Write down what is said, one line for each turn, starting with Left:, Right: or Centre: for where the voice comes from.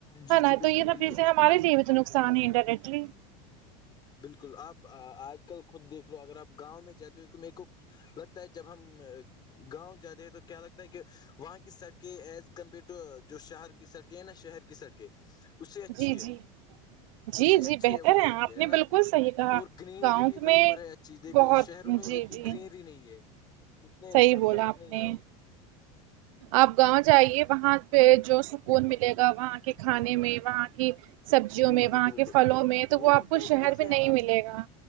Left: جی جی
Right: نا
Left: بالکل
Right: تو یہ
Left: بالکل
Right: سب پھر سے ہمارے لیے بھی تو نقصان ہے انڈائرکٹلی
Left: بالکل آپ آج کل خود دیکھ لو اگر آپ گاؤں میں جاتے ہو تو میرے کو لگتا ہے جب ہم گاؤں جاتے ہیں تو کیا لگتا ہے کہ وہاں کی سڑکیں ایز کمپیئر ٹو جو شہر کی سڑکیں ہیں نا شہر کی سڑکیں اس سے اچھی
Right: جی
Left: ہے
Right: جی جی
Left: اس سے اچھی
Right: جی بہتر
Left: ہے وہ سڑکیں
Right: آپ نے
Left: ہے نا
Right: بالکل صحیح کہا
Left: اور گرینری
Right: گاؤں
Left: بھی
Right: میں
Left: وہیں پر ہے جی دیکھو
Right: بہت
Left: شہروں میں
Right: جی
Left: اتنی
Right: جی
Left: گرینری نہیں ہے اتنے
Right: صحیح
Left: سرسبز
Right: بولا آپ
Left: نہیں
Right: نے
Left: ہے
Right: آپ گاؤں جائیے وہاں پے جو سکون ملے گا وہاں کے کھانے میں وہاں کی سبزیوں
Left: جی
Right: میں
Left: جی
Right: وہاں
Left: بالکل
Right: کے پھلوں میں تو وہ
Left: لگتا
Right: آپ کو
Left: ہے کہ
Right: شہر
Left: جیسے
Right: میں نہیں ملے گا